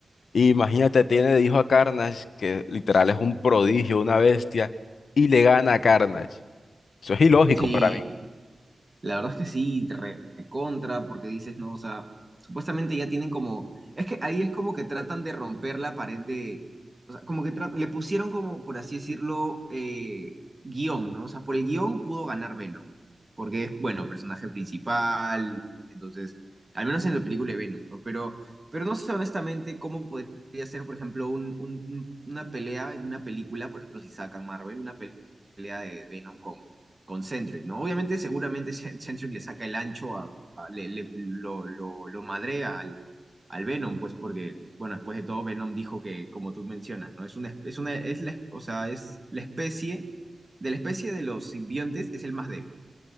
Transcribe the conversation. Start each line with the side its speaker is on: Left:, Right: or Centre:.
Left: Y imagínate, tiene de hijo a Carnage, que literal es un prodigio, una bestia, y le gana a Carnage. Eso es ilógico
Right: sí,
Left: para mí.
Right: La verdad es que sí, re- contra, porque dices, no, o sea, supuestamente ya tienen como, es que ahí es como que tratan de romper la pared de, o sea, como que tra- le pusieron como, por así decirlo, eh, guión, ¿no? O sea, por el guión pudo ganar Venom, porque es, bueno, personaje principal, entonces, al menos en la película de Venom, ¿no? Pero, pero no sé honestamente cómo podría ser, por ejemplo, un- un- un- una pelea en una película, por ejemplo, si sacan Marvel, una pelea de Venom con Centric, ¿no? Obviamente, seguramente Centric le saca el ancho a, a- le, le- lo, lo, lo madrea al, al Venom, pues porque, bueno, después de todo, Venom dijo que, como tú mencionas, ¿no? Es una, espe- es una, es la, o sea, es la especie, de la especie de los simbiontes es el más débil,